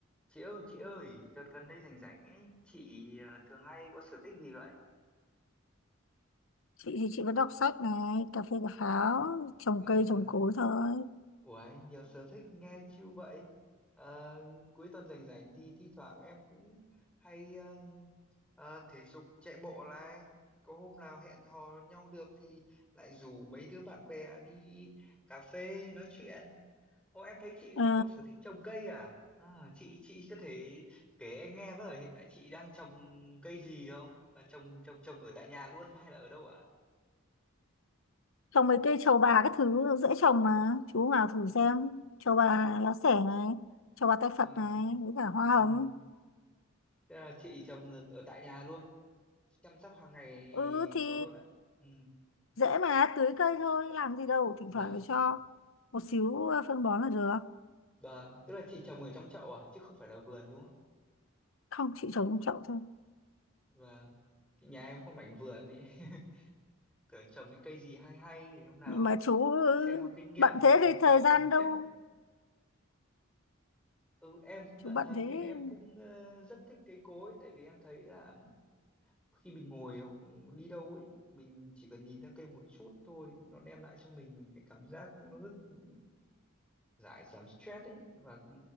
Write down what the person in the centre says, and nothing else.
Chị ơi, chị ơi, đợt gần đây rảnh rảnh ấy, chị ờ, thường hay có sở thích gì vậy?
À,
uầy, nhiều sở thích nghe chill vậy. Ờ, cuối tuần rảnh rảnh thì thi thoảng em cũng hay ờ, ờ, thể dục chạy bộ này. Có hôm nào hẹn hò nhau được thì lại rủ mấy đứa bạn bè đi cà phê nói chuyện. Ô em thấy chị
có sở thích trồng cây à? À, chị chị có thể kể em nghe với ở hiện tại chị đang trồng cây gì không? Và trồng trồng trồng ở tại nhà luôn hay là ở đâu ạ?
À,
ừ. Thế là chị trồng ở ở tại nhà luôn, chăm sóc hàng ngày
nó luôn ạ. Ừ.
Và
và tức là chị trồng ở trong chậu à chứ không phải là vườn đúng không?
Và nhà em có mảnh vườn ấy. <laughs> Tưởng trồng cái cây gì hay hay để hôm nào
xem học kinh nghiệm
để
em
trồng.
Ừ, em
bạn
thật
nhưng em cũng ờ, rất thích cây cối tại vì em thấy là khi mình ngồi hoặc đi đâu ấy mình chỉ cần nhìn ra cây một chút thôi nó đem lại cho mình một cái cảm giác nó rất ừ, giải giảm stress ấy và ừ,